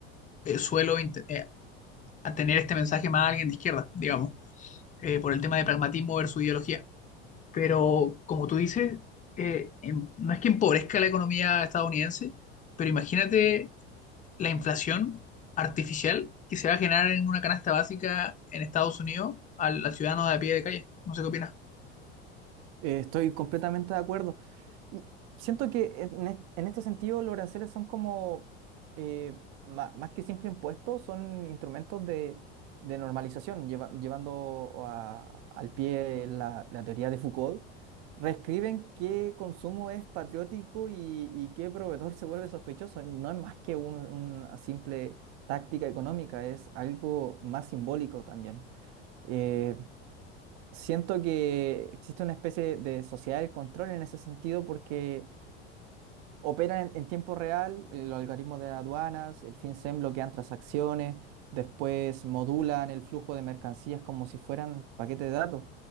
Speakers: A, on the left (about 25°); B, on the right (about 55°).
A: eh, suelo int- eh, a tener este mensaje más a alguien de izquierda, digamos, eh, por el tema de pragmatismo versus ideología. Pero, como tú dices, eh, em- no es que empobrezca la economía estadounidense, pero imagínate la inflación artificial que se va a generar en una canasta básica en Estados Unidos al, al ciudadano de a pie de calle. No sé qué opinas.
B: Eh, estoy completamente de acuerdo. Y siento que en, es- en este sentido los aranceles son como, eh, ma- más, que simple impuestos, son instrumentos de, de normalización, lleva- llevando a- al pie la, la teoría de Foucault. Reescriben qué consumo es patriótico y, y qué proveedor se vuelve sospechoso. No es más que un- una simple táctica económica, es algo más simbólico también. Eh, siento que existe una especie de sociedad del control en ese sentido porque operan en, en tiempo real, eh, los algoritmos de aduanas, el FinCEN bloquean transacciones, después modulan el flujo de mercancías como si fueran paquetes de datos.